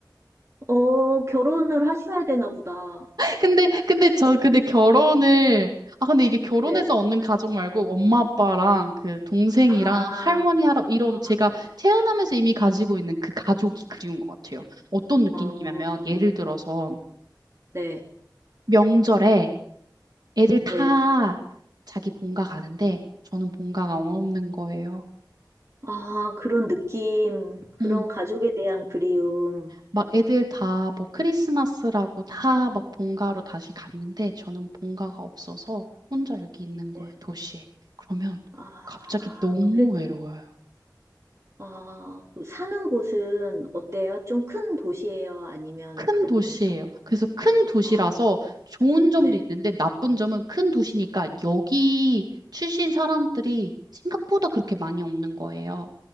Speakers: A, on the right; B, on the right.
A: 어, 결혼을 하셔야 되나 보다.
B: 근데, 근데 저, 근데 결혼을, 아, 근데 이게 결혼해서
A: 네.
B: 얻는 가족 말고 엄마 아빠랑 그 동생이랑
A: 아,
B: 할머니, 할아버지, 이런
A: 아,
B: 제가 태어나면서 이미 가지고 있는 그 가족이 그리운 것 같아요. 어떤 느낌이냐면,
A: 어,
B: 예를 들어서
A: 네,
B: 명절에 애들 다
A: 예.
B: 자기 본가 가는데, 저는 본가가 없는 거예요.
A: 아, 그런 느낌, 그런
B: 음.
A: 가족에 대한 그리움.
B: 막 애들 다 뭐 크리스마스라고 다 막 본가로 다시 갔는데 저는 본가가 없어서 혼자 여기 있는 거예요,
A: 네.
B: 도시에. 그러면
A: 아,
B: 갑자기 너무
A: 그래도,
B: 외로워요.
A: 아, 그 사는 곳은 어때요? 좀 큰 도시예요? 아니면
B: 큰
A: 그렇게?
B: 도시예요. 그래서 큰 도시라서
A: 아,
B: 좋은 점도
A: 네.
B: 있는데 나쁜 점은 큰 도시니까 여기 출신 사람들이 생각보다 그렇게 많이 없는 거예요.